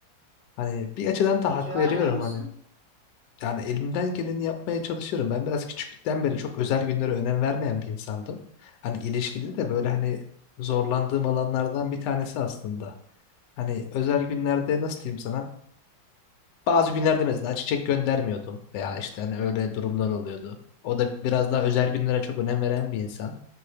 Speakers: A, on the left (about 75°); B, on the right (about 65°).
A: Hani bir açıdan
B: Peki,
A: da
B: peki
A: hak
B: vermiyor
A: veriyorum
B: musun?
A: hani. Yani elimden geleni yapmaya çalışıyorum. Ben biraz küçüklükten beri çok özel günlere önem vermeyen bir insandım. Hani ilişkide de böyle hani zorlandığım alanlardan bir tanesi aslında. Hani özel günlerde nasıl diyeyim sana? Bazı günlerde mesela çiçek göndermiyordum veya işte hani öyle durumlar oluyordu. O da biraz daha özel günlere çok önem veren bir insan.